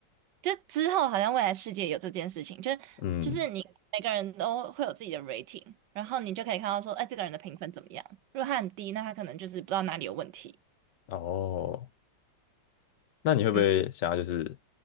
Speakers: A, on the right (about 75°); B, on the left (about 70°).
A: 就之后好像未来世界有这件事情，就是就是你每个人都会有自己的
B: 嗯，
A: rating，然后你就可以看到说，哎，这个人的评分怎么样？如果他很低，那他可能就是不知道哪里有问题。
B: 哦，那你会不会想要就是
A: 嗯